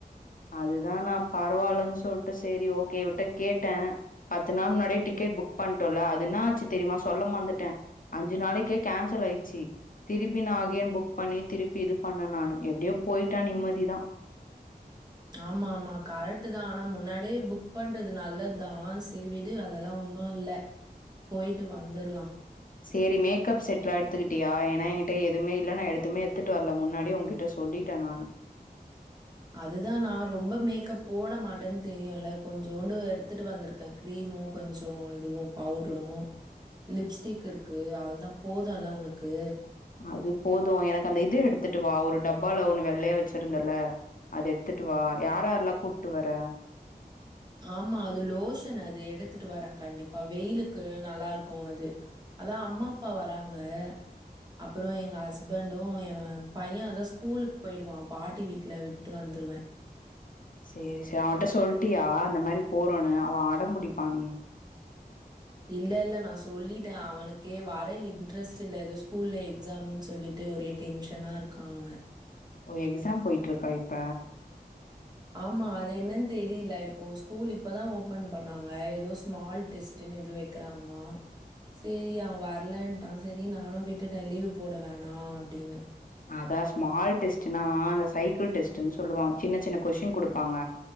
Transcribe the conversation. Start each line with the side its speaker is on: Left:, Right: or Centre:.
Left: அதுதா நா பரவால்லன் சொல்ட்ட சேரி ஓகே விட்ட கேட்டே பத்து நாள் முன்னாடி டிக்கெட் புக் பண்ட்டோல்ல அதுன்னாச்சி தெரியுமா சொல்லமா மந்துட்டே அஞ்சு நாளைக் கேன்சலாயிச்சு திருப்பினா ஏ புக் பண்ணி திருப்பி இது பண்ண நானு எப்டியோ போயிட்டா நிம்மதிதா
Right: ஆமா ஆமா கரெட்டுதா ஆனா முன்னாடியே புக் பண்றது நல்லதா சேரி விடு அதெல்லா ஒன்ம் இல்ல போயிட்டு வந்துர்லா
Left: சேரி மேக்கப் செட்லா எடுத்துக்கிட்டியா என் ஏனா எங்கிட்ட எதுமே இல்ல நா எதுமே எத்துட்டு வர்ல முன்னாடி உங்கிட்ட சொல்லிட்ட நானு
Right: அதுதா நா ரொம்ப மேக்கப் போட மாட்டன் தெரியுல்ல கொஞ்சூண்டு எடுத்துட்டு வந்துருக்க கிரீமு கொஞ்சோ இதுவு பவுடுரு லிப்ஸ்டிக்கு இருக்கு அவ்ளதா போதுல்ல உனக்கு
Left: அது போது எனக்கு அந்த இது எடுத்துட்டு வாா ஒரு டப்பால ஒண்ணு வெள்ளையா வெச்சுருந்தல்ல அது எடுத்துட்டு வா யாராரெல்லா கூட்டு வர
Right: ஆமா அது லோஷன் அது எடுத்துட்டு வர கண்டிப்பா வெயிலுக்கு நல்லா இருக்கு அது அதா அம்மா அப்பா வராங்க அப்பறோ எங்க ஹஸ்பண்டு எம் பைய அதா ஸ்கூலுக்கு போயிடுவா பாட்டி வீட்ல விட்டு வந்துருவ
Left: சேரி சேர் அவன்ட்ட சொல் சொல்டியா அந்த மாரி போறோன்னு அவ ஆ அடம் புடிப்பானே
Right: இல்ல இல்ல நா சொல்லிட்ட அவனுக்கே வர இன்ட்ரெஸ்ட் இல்ல ஏதோ ஸ்கூல்ல எக்ஸாம்ன் சொல்லிட்டு ஒரே டென்ஷனா இருக்கா அவ
Left: ஓ எக்ஸாம் போயிட்டு இருக்கா இப்ப
Right: ஆமா அது என்னன் தெரியில இப்போ ஸ்கூல் இப்பதா ஓபன் பண்ணாங்க ஏதோ ஸ்மால் டெஸ்டுன்னு ஏதோ வெக்கிறாங்களா சேரி அவ வர்லன்ட்டா சேரி நானு விட்டுட்ட லீவ் போட வேணா அப்டின்னு
Left: அதாஸ் ஸ்மால் டெஸ்டுனா அந்த சைக்கிள் டெஸ்ட்டுன் சொல்லுவாங்க சின்ன சின்ன கொஷ்டின் குடுப்பாங்க